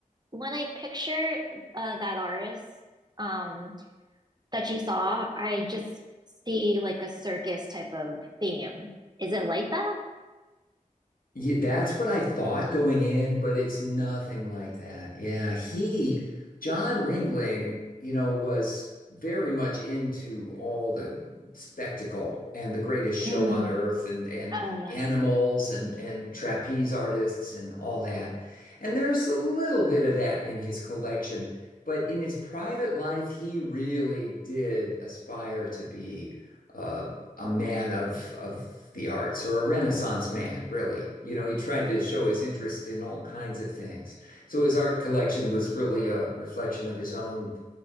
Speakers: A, on the right; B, on the left.
A: when I picture uh, that artist, um that you saw, I just see like a circus type of theme. Is it like that?
B: Yeah, that's what I thought going in, but it's nothing like that. Yeah, he, John Ringling, you know, was very much into all the spectacle and the greatest show
A: Mm.
B: on earth and and
A: Oh, yes.
B: animals and and trapeze artists and all that. And there's a little bit of that in his collection, but in his private life, he really did aspire to be uh, a man of of the arts or a Renaissance man, really. You know, he tried to show his interest in all kinds of things. So his art collection was really a reflection of his own